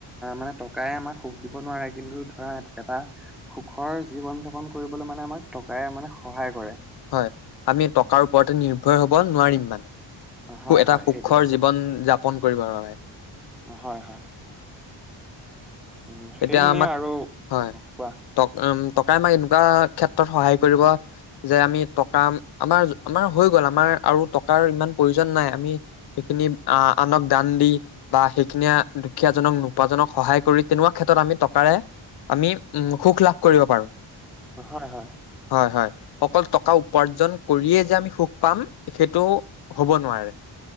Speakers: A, in the centre; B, on the left (about 50°).
A: মানে টকাই আমাক সুখ দিব নোৱাৰে কিন্তু ধৰা এটা - সুখৰ জীৱন যাপন কৰিবলৈ মানে আমাক টকাই মানে সহায় কৰে।
B: হয়। আমি টকাৰ ওপৰতে নিৰ্ভয় হব নোৱাৰিম মানে। সু
A: হয়
B: এটা
A: হয়
B: সুখৰ
A: সেইটোৱে আচলতে।
B: জীৱন যাপন কৰিবৰ বাবে
A: হয় -হয় উ
B: তেতিয়া
A: সেইনিয়ে
B: আমাক
A: আৰু,
B: হয়
A: কোৱা।
B: ট টকাই মাই এনেকুৱা ক্ষেত্ৰ সহায় কৰিব। যে আমি টকা, আমাৰ আমাৰ হৈ গ'ল আমাৰ আৰু টকাৰ ইমান প্ৰয়োজন নাই আমি সেইখিনি- আনক দান দি বা সেইখিনিয়ে দুখীয়াজনক নোপোজনক সহায় কৰি তেনেকুৱা ক্ষেত্ৰত আমি- টকাৰে, আমি উ সুখ লাভ কৰিব পাৰো।
A: হয়, হয়।
B: হয় হয় অকল টকা উপাৰ্জন কৰিয়ে যে আমি সুখ পাম সেইটো হ'ব নোৱাৰে।